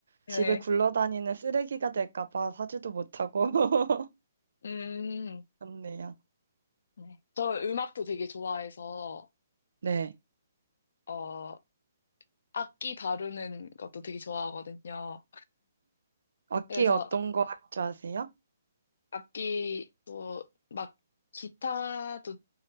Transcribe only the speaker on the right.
집에 굴러다니는 쓰레기가 될까 봐 사지도 못하고 <laughs>
그렇네요.
네.
악기
어떤 거 할 줄 아세요?